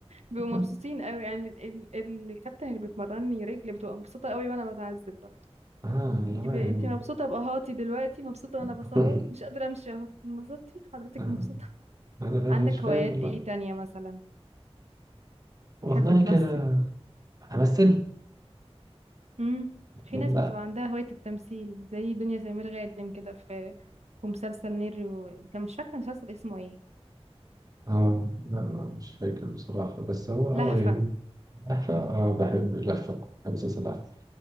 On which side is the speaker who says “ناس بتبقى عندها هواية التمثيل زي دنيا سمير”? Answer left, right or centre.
Right